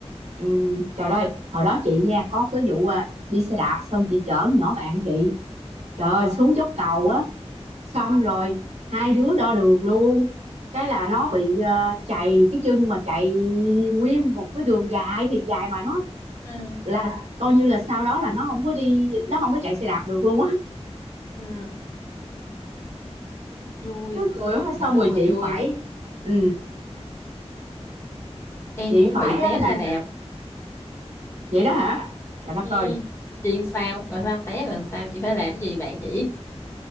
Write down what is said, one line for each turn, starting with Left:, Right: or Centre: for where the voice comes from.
Right: ừ, trời ơi hồi đó chị nha có cái vụ à, đi xe đạp xong chị chở con nhỏ bạn chị trời ơi, xuống dốc cầu á xong rồi hai đứa đo đường luôn cái là nó bị ờ, chạy cái chân mà chạy nguyên một cái đường dài thiệt dài mà nó
Left: Ừ.
Right: là coi như là sau đó là nó không có đi nó không có chạy xe đạp được luôn á
Left: Dạ, vui
Right: nó cười quá
Left: ngày
Right: xong
Left: xưa
Right: rồi
Left: mà
Right: chị
Left: vui
Right: phải ừ,
Left: em
Right: chị
Left: cũng
Right: phải
Left: bị té
Right: á
Left: xe
Right: là
Left: đạp
Right: vậy đó hả trời đất
Left: ừ.
Right: ơi
Left: chị sao rồi sao té rồi sao chị phải làm cái gì bạn chị